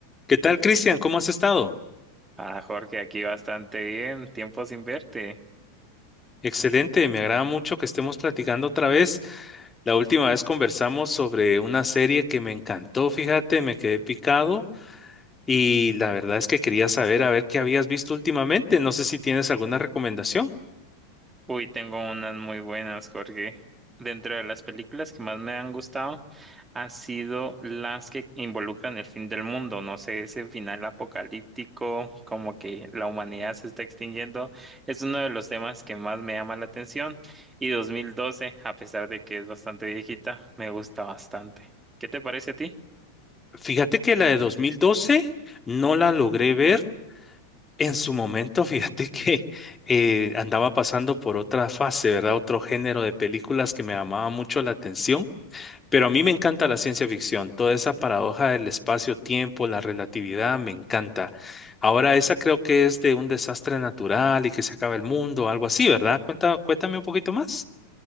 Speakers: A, on the left (about 20°); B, on the right (about 15°).
A: ¿Qué tal, Cristian? ¿Cómo has estado?
B: Ah, Jorge, aquí bastante bien. Tiempo sin verte.
A: Excelente, me agrada mucho que estemos platicando otra vez. La última vez conversamos sobre una serie que me encantó, fíjate, me quedé picado y la verdad es que quería saber a ver qué habías visto últimamente. No sé si tienes alguna recomendación.
B: Uy, tengo unas muy buenas, Jorge. Dentro de las películas que más me han gustado, ha sido las que involucran el fin del mundo. No sé, ese final apocalíptico, como que la humanidad se está extinguiendo, es uno de los temas que más me llama la atención. Y 2012, a pesar de que es bastante viejita, me gusta bastante. ¿Qué te parece a ti?
A: Fíjate que la de 2012 no la logré ver en su momento, <laughs> fíjate que eh, andaba pasando por otra fase, ¿verdad? Otro género de películas que me llamaba mucho la atención Pero a mí me encanta la ciencia ficción, toda esa paradoja del espacio-tiempo, la relatividad, me encanta. Ahora, esa creo que es de un desastre natural y que se acaba el mundo, algo así, ¿verdad? Cuenta, cuéntame un poquito más.